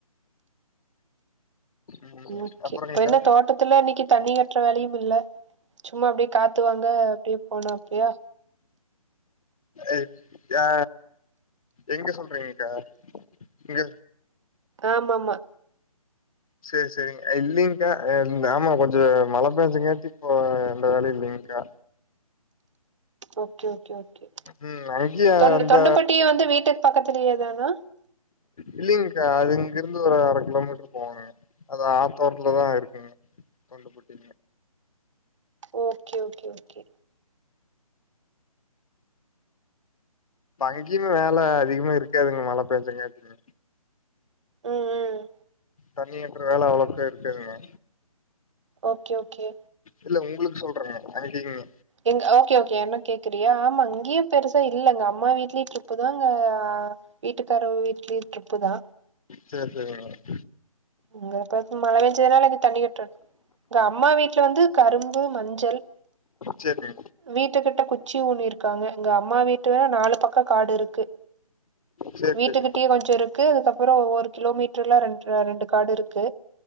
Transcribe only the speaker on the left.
ம்
அப்புறங்கக்கா
இப் ஆ எங்க சொல்றீங்கக்கா இங்க
செரி செரிங் இல்லிங்க்கா ஆமா கொஞ்ச மழ பேஞ்சுங்காட்டி இப்போ அந்த வேல இல்லிங்க்கா
ம் அங்கேயே
அந்த
இல்லிங்க்கா அது இங்கிருந்து ஒரு அர கிலோமீட்டர் போகணுங் அது ஆத்தோரத்ததுல தா இருக்குங்க தொண்டபட்டீங்க
எங்கியுமே வேல அதிகமா இருக்காதுங்க மழ பேஞ்சங்கேட்டிங்
தண்ணி கட்ற வேல அவ்வளவுக்கா இருக்காதுங்கா
இல்ல உங்களுக்கு சொல்ற அன்னிக்கு இங்க
சேரி சேரி மேடம்
சேரி
சேரி
சேரிங்க